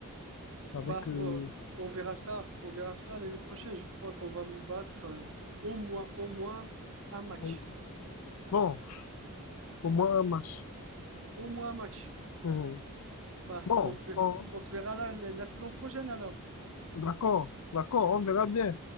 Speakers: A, on the left (about 80°); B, on the right (about 65°).
A: avec,
B: bah faut-
A: euh,
B: euh, on verra ça. On verra ça l'année prochaine. Je crois qu'on va vous battre euh, au moins, au moins un match.
A: on- bon, au moins un match.
B: Au moins un match.
A: Mhm.
B: Bah,
A: Bon,
B: on se verra,
A: bon,
B: on se verra la la- la saison prochaine alors.
A: d'accord, d'accord, on verra bien.